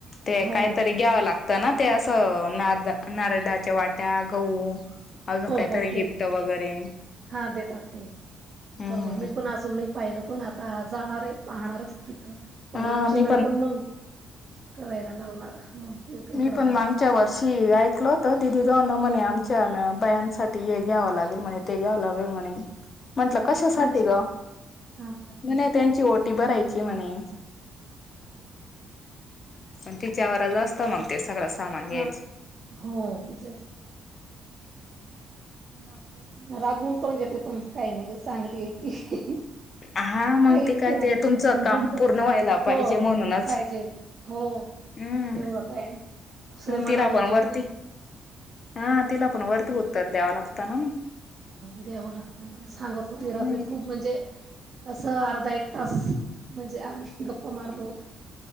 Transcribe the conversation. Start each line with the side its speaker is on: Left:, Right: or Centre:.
Left: ते
Right: हो,
Left: काहीतरी घ्यावं लागतं ना? ते असं नारद नारडाच्या वाट्या, गहू अजून
Right: हो
Left: काहीतरी
Right: हो ते
Left: गिफ्ट वगैरे
Right: हा देतात ते
Left: हम्म.
Right: बरोबर मी पण अजून नाही पाहिलं पण आता जाणार आहे पाहणारच तिथं पण
Left: हा
Right: आमच्या
Left: मी
Right: इकड पण मग. करायला लावणार. इक इकडं
Left: मी पण माय. आच्या वर्षी ऐकल होत दिदी दोन म्हणे आमच्या बायांसाठी हे घ्यावं लागेल म्हणे. ते घ्याव लागेल म्हणे म्हंटलं कशासाठी
Right: असं का
Left: ग?
Right: हां.
Left: म्हणे त्यांची ओट टी भरायची म्हणे. पण तिच्यावर आल असतं मग ते सगळं सामान घ्यायचं.
Right: हां, हो तेज <inaudible> रागवून पण घेते पण काही नाही ग चांगली आहे ती.
Left: हा मग
Right: काहीच
Left: ते काय
Right: का
Left: ते
Right: <inaudible>
Left: तुमचं काम पूर्ण व्हायला पाहिजे
Right: हो
Left: म्हणूनच
Right: पाहिजे. हो
Left: हम्म
Right: तेवढं काय नाही दुसर्या
Left: मग
Right: मनावर
Left: तिला पण
Right: येऊन
Left: वरती हा तिला पण वरती उत्तर द्यावं लागतं ना मग.
Right: द्याव लागत ना सांगत होते रात्री
Left: हम्म
Right: खूप म्हणजे असं अर्धा एक तास म्हणजे आम्ही गप्पा मारलो होतो.